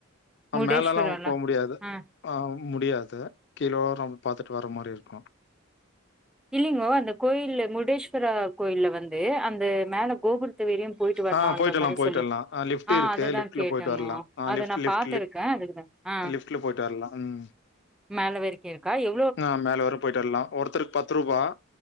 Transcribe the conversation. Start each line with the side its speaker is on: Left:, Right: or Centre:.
Centre: முடேஸ்வரால
Left: மேலல்லா போ முடியாது
Centre: ஆ
Left: முடியாது கீழோரோ நம்ம பாத்துட்டு வர மாரி இருக்கு
Centre: இல்லிங்கோ அந்த கோயில் முருடேஸ்வரா கோயில்ல வந்து அந்த மேல கோபுர த்து வரையு போயிட்டு வரலா
Left: ஆ போயிட்டு
Centre: என்ற மாரி
Left: போயிட்டு
Centre: சொல்லி
Left: வரலா லிஃப்ட்
Centre: ஆ
Left: இருக்கு
Centre: அதுதா
Left: லிஃப்ட்ல
Centre: கேட்டங்கோ
Left: போயிட்டு வரலா ஆ
Centre: அத
Left: லிஃப்ட்
Centre: நா
Left: லிஃப்ட்
Centre: பாத்திருக்கே அதுக்குதா ஆ
Left: லிஃப்ட்ல போயிட்டு வரலா ம்
Centre: மேல வரைக்கு இருக்கா எ
Left: ஆ மேல வர போயிட்டு வரலா ஒருத்தர் பத்து ரூபாவ